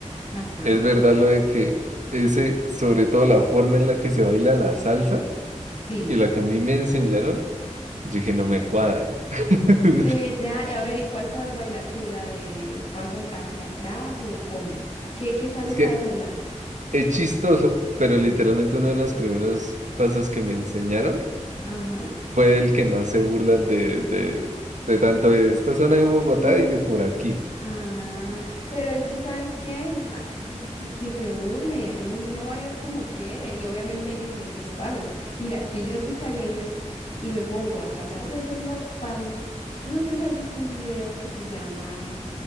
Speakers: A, on the left; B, on the right.
A: Ajá,
B: Es verdad lo de que ese, sobre todo la forma en la que se baila la salsa
A: sí.
B: y la que a mí me enseñaron, yo dije, no me cuadra. <laughs>
A: ¿Será? Y A ver, ¿y cuál sabes bailar tú? ¿La de paso ha- hacia atrás o cómo? ¿Qué, qué salsa
B: Es
A: sabes
B: que
A: bailar?
B: es chistoso, pero literalmente uno de los primeros pasos que me enseñaron
A: Ajá.
B: fue el que más se burlan de, de, de tanto de esta zona de Bogotá
A: Mm,
B: y de por aquí.
A: Ah, pero es que ¿sabes qué? Ah, Que, que se burlen, uno, uno baila es como quiere y obviamente hay diferentes pasos. Mira, si yo soy caleña y me pongo a tratar de hacer los pasos, tú no sé si has visto un video que se llama